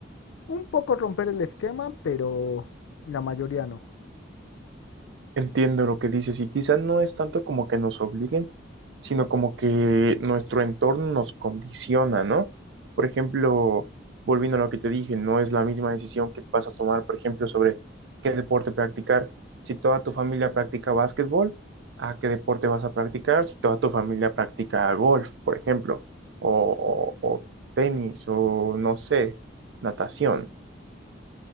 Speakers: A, on the left (about 85°); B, on the right (about 65°).
A: un poco romper el esquema, pero la mayoría no.
B: Entiendo lo que dices y quizás no es tanto como que nos obliguen, sino como que nuestro entorno nos condiciona, ¿no? Por ejemplo, volviendo a lo que te dije, no es la misma decisión que vas a tomar, por ejemplo, sobre qué deporte practicar. Si toda tu familia practica básquetbol, ¿a qué deporte vas a practicar? Si toda tu familia practica golf, por ejemplo, o, o o tenis, o no sé, natación.